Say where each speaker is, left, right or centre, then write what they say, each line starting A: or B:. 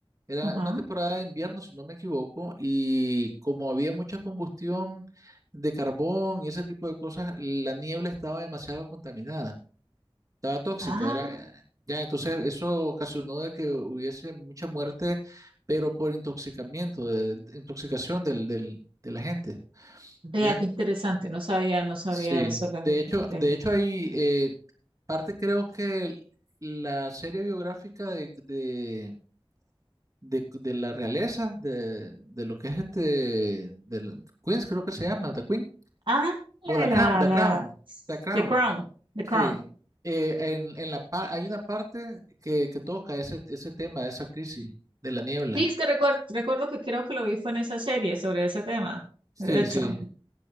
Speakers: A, on the right; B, on the right.
A: era
B: Ajá.
A: una temporada de invierno, si no me equivoco, y como había mucha combustión de carbón y ese tipo de cosas, la niebla estaba demasiado contaminada. Estaba tóxica,
B: Ah,
A: era eh, ya, entonces eso ocasionó de que hubiese mucha muerte, pero por intoxicamiento, de, de intoxicación del, del, de la gente,
B: vea
A: ¿ya?
B: qué interesante, no sabía, no sabía
A: Sí.
B: eso realmente.
A: De hecho, de hecho hay eh, parte creo que el- la serie biográfica de, de, de, de la realeza, de, de lo que es este, de Queens creo que se llama, The Queen,
B: Ah, la
A: o The
B: de la,
A: Crown, The
B: la,
A: Crown, The Crown.
B: The Crown, The
A: Sí,
B: Crown.
A: eh, en, en la par- hay una parte que, que toca ese, ese tema, esa crisis de la niebla.
B: Sí, es que recuerdo, recuerdo que creo que lo vi fue en esa serie sobre ese tema.
A: Sí,
B: De hecho,
A: sí,